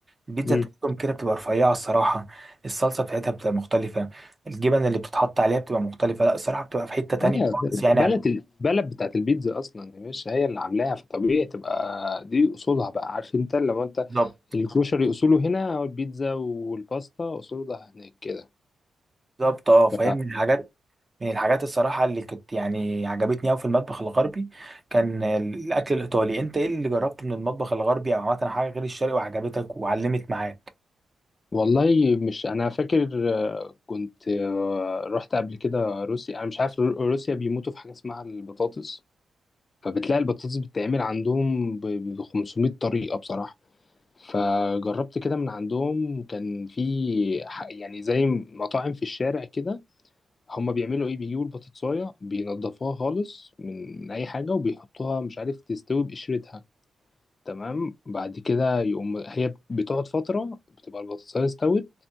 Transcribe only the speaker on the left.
امم
آه،
بلد البلد بتاعت البيتزا اصلا يا باشا هي اللي عاملاها فطبيعي تبقى دي اصولها بقى عارف انت لو انت
الكروشري اصوله هنا او البيتزا والباستا اصولها هناك كده
ف-
والله مش انا فاكر آه، كنت آه، رحت قبل كده روسيا انا مش عارف رو- روسيا بيموتوا في حاجه اسمها البطاطس فبتلاقي البطاطس بتتعمل عندهم ب ب- 500 طريقه بصراحه فجربت كده من عندهم كان في ح- يعني زي مطاعم في الشارع كده هما بيعملوا ايه بيجيبوا البطاطساية بينضفوها خالص من من اي حاجة وبيحطوها مش عارف تستوي بقشرتها تمام بعد كده يقوم هي بتقعد فترة بتبقى البطاطساية استوت